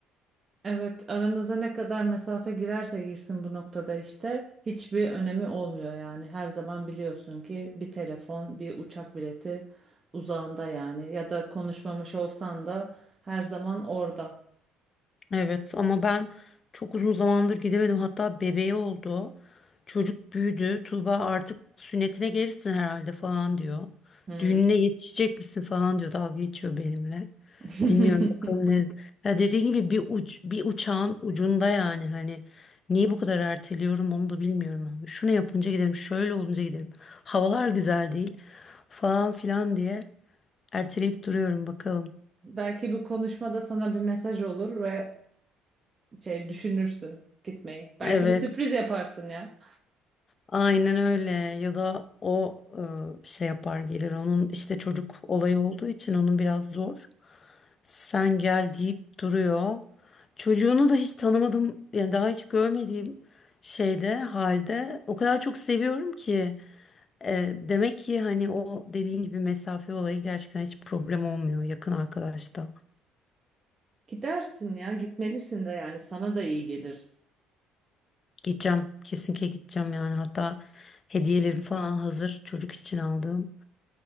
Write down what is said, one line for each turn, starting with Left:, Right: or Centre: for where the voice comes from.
Right: Evet, aranıza ne kadar mesafe girerse girsin bu noktada işte hiçbir önemi olmuyor yani. Her zaman biliyorsun ki bir telefon, bir uçak bileti uzağında yani ya da konuşmamış olsan da her zaman orada.
Left: Evet ama ben çok uzun zamandır gidemedim. Hatta bebeği oldu. Çocuk büyüdü. Tuğba artık sünnetine gelirsin herhalde falan diyor.
Right: Hmm.
Left: Düğününe yetişecek misin falan diyor. Dalga geçiyor benimle.
Right: <laughs>
Left: Bilmiyorum bakalım ne. Ya dediğim gibi bir uç, bir uçağın ucunda yani hani niye bu kadar erteliyorum onu da bilmiyorum abi. Şunu yapınca giderim, şöyle olunca giderim. Havalar güzel değil falan filan diye erteleyip duruyorum bakalım.
Right: Belki bu konuşmada sana bir mesaj olur ve şey düşünürsün gitmeyi. Belki
Left: Evet.
Right: bir sürpriz yaparsın ya.
Left: Aynen öyle ya da o e, şey yapar gelir onun işte çocuk olayı olduğu için onun biraz zor. Sen gel deyip duruyor. Çocuğunu da hiç tanımadım yani daha hiç görmediğim şeyde halde o kadar çok seviyorum ki E, demek ki hani o dediğin gibi mesafe olayı gerçekten hiç problem olmuyor yakın arkadaşta.
Right: Gidersin ya, gitmelisin de yani sana da iyi gelir.
Left: Gideceğim kesinlikle gideceğim yani hatta hediyelerim falan hazır çocuk için aldığım.